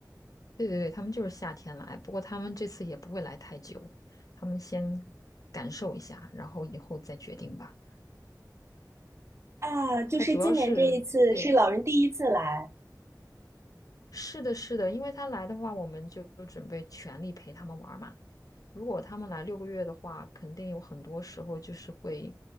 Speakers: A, on the left; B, on the right.
A: 对对，他们就是夏天来，不过他们这次也不会来太久，他们先感受一下，然后以后再决定吧。
B: 啊，就是今年这一次是老人第一次来，
A: 他主要是对，是的，是的，因为他来的话，我们就准备全力陪他们玩儿嘛。如果他们来六个月的话，肯定有很多时候就是会